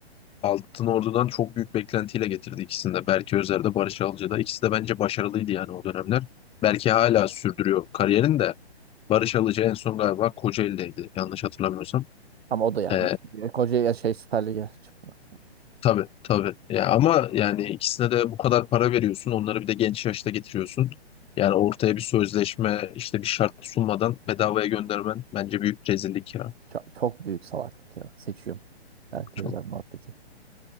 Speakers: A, on the left; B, on the right.
A: Altın Ordu'dan çok büyük beklentiyle getirdi ikisini de. Berke Özer'de, Barış Alca'da. İkisi de bence başarılıydı yani o dönemler. Belki hala sürdürüyor kariyerini de. Barış Alca en son galiba Kocaeli'deydi yanlış hatırlamıyorsam.
B: Ama o da yani
A: Ee,
B: çünkü koca ya şey Süper Lig'e çıkıyor.
A: tabii tabii. Ya ama yani ikisine de bu kadar para veriyorsun. Onları bir de genç yaşta getiriyorsun. Yani ortaya bir sözleşme işte bir şart sunmadan bedavaya göndermen bence büyük rezillik ya.
B: Çok, çok büyük salaklık ya. Seçiyorum. Berke
A: Çok.
B: Özer muhabbeti.